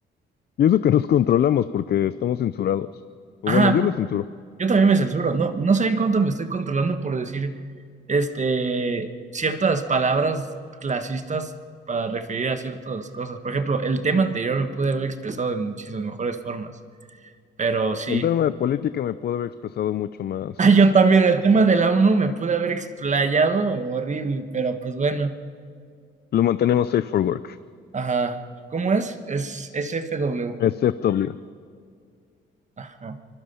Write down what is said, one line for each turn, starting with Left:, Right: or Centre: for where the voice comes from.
Left: Y eso que nos controlamos porque estamos censurados. O
Right: Ajá,
Left: bueno, yo me censuro.
Right: yo también me censuro, no, no saben cuánto me estoy controlando por decir. este, ciertas palabras clasistas para referir a ciertas cosas. Por ejemplo, el tema anterior me pude haber expresado de muchísimas mejores formas, pero sí.
Left: En tema
Right: <laughs>
Left: de política me puedo haber expresado mucho más.
Right: Ah, Yo también, el tema de la ONU me pude haber explayado horrible, pero pues bueno.
Left: Lo mantenemos safe for work.
Right: Ajá. ¿Cómo es? Es S f w
Left: SFW.
Right: Ajá.